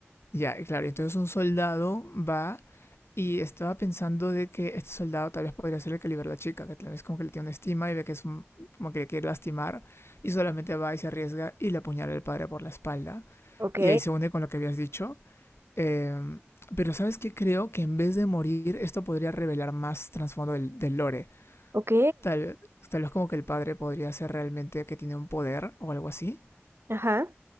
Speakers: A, on the left; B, on the right.
A: Ya, claro, entonces un soldado va y estaba pensando de que este soldado tal vez podría ser el que liberó a la chica, que tal vez como que le tiene una estima y ve que es un- como que le quiere lastimar y solamente va y se arriesga y le apuñala al padre por la espalda
B: Ok,
A: y ahí se une con lo que habías dicho. Em, pero ¿sabes qué? Creo que en vez de morir esto podría revelar más trasfondo del, del lore.
B: ok,
A: Tal, tal vez como que el padre podría ser realmente que tiene un poder o algo así
B: ajá,